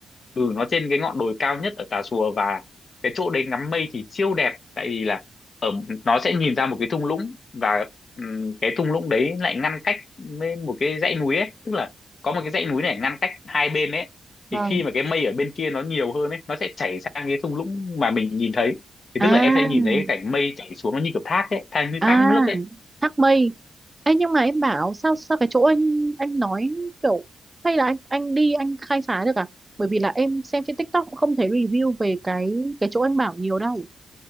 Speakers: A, on the left; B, on the right.
A: ừ nó trên cái ngọn đồi cao nhất ở Tà Xùa và cái chỗ đấy ngắm mây thì siêu đẹp tại vì là ở nó sẽ nhìn ra một cái thung lũng và ừm, cái thung lũng đấy lại ngăn cách với một cái dãy núi ấy tức là có một cái dãy núi này ngăn cách hai bên ấy
B: vâng
A: thì khi mà cái mây ở bên kia nó nhiều hơn ấy nó sẽ chảy sang cái thung lũng mà mình nhìn thấy thì
B: à
A: tức là em sẽ nhìn thấy cái cảnh mây chảy xuống nó như kiểu thác ấy thác như
B: à
A: thác nước ấy
B: thác mây ấy nhưng mà em bảo sao sao cái chỗ anh anh nói kiểu hay là anh anh đi anh khai phá được à bởi vì là em xem trên TikTok cũng không thấy review về cái cái chỗ anh bảo nhiều đâu